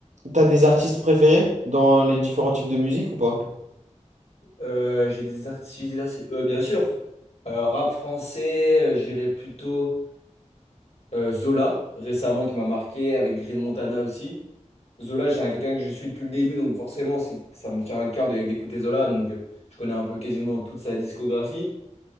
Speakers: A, on the right (about 70°); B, on the left (about 55°).
A: t'as des artistes préférés dans les différents types de musique ou pas?
B: Euh, j'ai des artistes, des artistes- euh, bien sûr. Euh, rap français, euh, j'irais plutôt euh, Zola, récemment, qui m'a marqué, avec Green Montana aussi. Zola, j'ai un- quelqu'un que je suis depuis le début, donc forcément, c'est, ça me tient à cœur de- d'écouter Zola, donc euh, je connais un peu quasiment toute sa discographie.